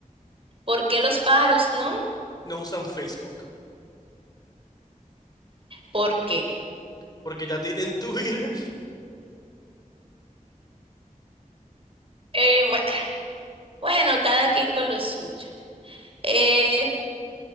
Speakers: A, on the right (about 40°); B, on the left (about 30°).
A: ¿Por qué los pájaros no?
B: no usan Facebook?
A: ¿Por qué?
B: Porque ya tienen <laughs> Twitter.
A: Eh, bue- bueno, cada quien con lo suyo. Eh,